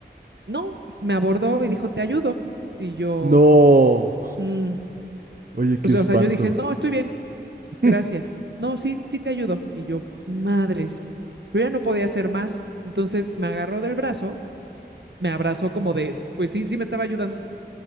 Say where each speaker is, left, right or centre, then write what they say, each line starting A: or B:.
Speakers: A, on the right (about 75°); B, on the right (about 50°).
A: no, me abordó y dijo, te ayudo. Y yo,
B: No.
A: "Mm".
B: Oye, qué
A: o sea,
B: espanto.
A: o sea, yo dije, no, estoy bien,
B: <laughs>
A: gracias. No, sí, sí te ayudo. Y yo, madres. Yo ya no podía hacer más. Entonces me agarró del brazo, me abrazó como de, pues sí, sí me estaba ayudando,